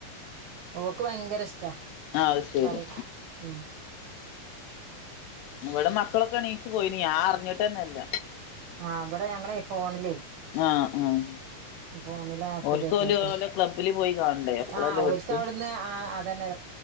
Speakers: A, on the right; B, on the left.
A: ഓക്ക് ഭയങ്കര ഇഷ്ടാ
B: ആഹ് അത് ശരി
A: കളി. ഉം
B: ഇവിടെ മക്കളൊക്കെ എണീച്ചു പോയിന് ഞാൻ അറിഞ്ഞിട്ട്ന്നെല്ല
A: ആഹ് ഇവിടെ ഞങ്ങളെ ഫോണിലേ
B: ആഹ് ആഹ്
A: ഫോണില് ആപ്പ്
B: ഓൽക്ക്
A: കയറ്റി
B: ഓല്
A: കേട്ട്
B: ഓലെ ക്ലബ്ബില് പോയി കാണണ്ടേ അപ്പളല്ലേ
A: ആഹ് ഒരിക്ക
B: ഓൽക്ക്
A: അവിടുന്ന് അതന്നെ